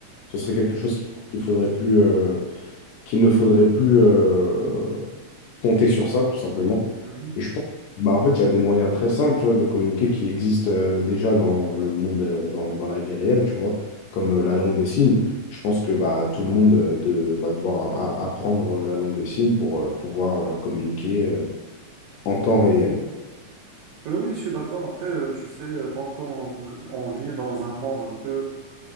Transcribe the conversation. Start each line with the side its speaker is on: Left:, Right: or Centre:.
Left: Ce serait
Right: Mhm.
Left: quelque chose qu'il faudrait plus, euh, qu'il ne faudrait plus. euh, compter sur ça, tout simplement.
Right: Mhm.
Left: Et je pense, bah, en fait, il y a des moyens très simples, tu vois, de communiquer qui existent euh, déjà dans le monde, euh, dans, dans la vie réelle, tu vois, comme euh, la langue des signes. Je pense que bah, tout le monde euh, de- va devoir a- a- apprendre euh, la langue des signes pour euh, pouvoir euh, communiquer euh, en temps réel.
Right: Euh, oui, je suis d'accord. Après, euh, tu sais, euh, tant qu'on v- on vit dans un monde un peu